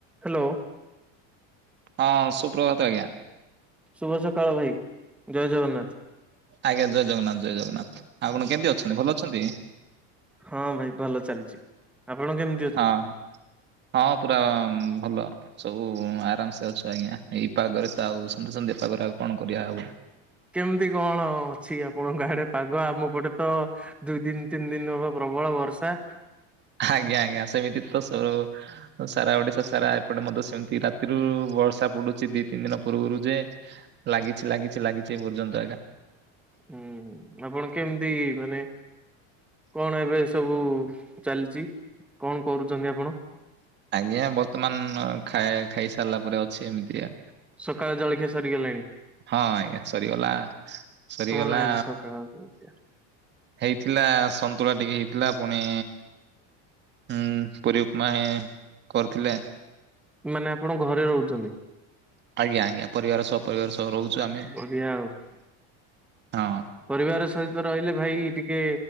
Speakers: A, in the centre; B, on the right.
A: Hello.
B: ହଁ ସୁପ୍ରଭାତ ଆଜ୍ଞା।
A: ଶୁଭ ସକାଳ ଭାଇ ଜୟ ଜଗନ୍ନାଥ।
B: ଆଜ୍ଞା ଜୟ ଜଗନ୍ନାଥ ଜୟ ଜଗନ୍ନାଥ ଆପଣ କେମିତି ଅଛନ୍ତି ଭଲ ଅଛନ୍ତି?
A: ହଁ ଭାଇ ଭଲ ଚାଲିଛି। ଆପଣ କେମତି
B: ହଁ ହଁ ପୁରା ଭଲ। ସବୁ ଆରାମସେ ଅଛୁ ଆଜ୍ଞା ଏଇପାଗରେ ତ ଆଉ ସନ୍ଧ୍ୟେ ସନ୍ଧ୍ୟାଟ ପାଗରେ ଆଉ କଣ କରିବା ହଉ?
A: କେମିତି କଣ ଅଛି ଆପଣଙ୍କ ଆଡେ ପାଗ ଆମ ପଟେ ତ? ଦୁଇ ଦିନ ତିନି ଦିନ ହବ ପ୍ରବଳ ବର୍ଷା।
B: ଆଜ୍ଞା ଆଜ୍ଞା ସେମିତି ତ ସସ ସାରା ଓଡିଶା ସାରା ଏପଟେ ମଧ୍ୟ ସେମିତି ରାତିରୁ ବର୍ଷା ପଡୁଛି ଦି ତିନି ଦିନ ପୂର୍ବରୁ ଯେ ଲାଗିଛି ଲାଗିଛି ଲାଗିଛି ଏ ପର୍ଯ୍ୟନ୍ତ ଆଜ୍ଞା।
A: ହୁଁ ହୁଁ ଆପଣ କେମିତି ମାନେ କଣ ଏବେ ସବୁ ଚାଲିଛି କଣ କରୁଛନ୍ତି ଆପଣ?
B: ଆଜ୍ଞା ବର୍ତ୍ତମାନ ଖାଇ ଖାଇସାରିଲା ପରେ ଅଛି ଏମିତିଆ
A: ସକାଳେ ଜଳଖିଆ ସରିଗଲାଣି?
B: ହଁ ଆଜ୍ଞା ସରିଗଲା ସରିଗଲା।
A: କଣ ଆଜି ସକାଳ ଜଳଖିଆ?
B: ହେଇଥିଲା ସନ୍ତୁଳା ଟିକେ ହେଇଥିଲା ପୁଣି ହୁଁ ପୁରୀ ଉପମା କରିଥିଲେ।
A: ମାନେ ଆପଣଙ୍କ ଘରେ ରହୁଛନ୍ତି।
B: ଆଜ୍ଞା ଆଜ୍ଞା ପରିବାର ସହ ପରିବାର ସହ ରହୁଛୁ ଆମେ
A: ବଢିଆ ଆଉ
B: ହଁ।
A: ପରିବାର ସହିତ ରହିଲେ ଭାଇ ଟିକେ